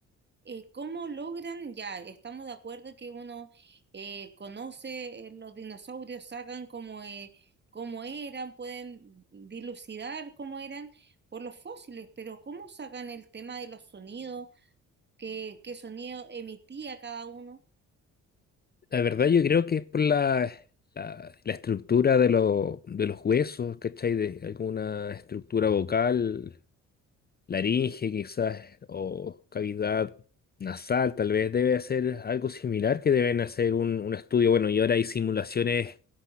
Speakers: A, on the right; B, on the left.
A: eh, cómo logran, ya, estamos de acuerdo que uno eh, conoce eh, los dinosaurios, sacan cómo, eh, cómo eran, pueden dilucidar cómo eran por los fósiles, pero cómo sacan el tema de los sonidos, qué, qué sonido emitía cada uno.
B: La verdad yo creo que es por la, la, la estructura de, lo- de los huesos, ¿cachai? De alguna estructura vocal, laringe quizás, o cavidad nasal, tal vez debe hacer algo similar que deben hacer un, un estudio. Bueno, y ahora hay simulaciones